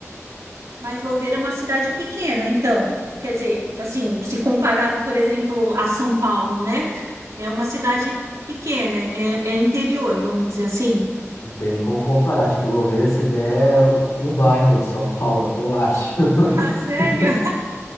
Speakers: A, on the right; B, on the left.
A: Mas Louveira é uma cidade pequena, então, quer dizer, assim, se comparado, por exemplo, a São Paulo, né? É uma cidade pequena, é, é interior, vamos dizer assim.
B: Não tem nem como comparar. Acho que Louveira, se der, é um bairro de São Paulo, eu acho. <laughs>
A: Ah, sério?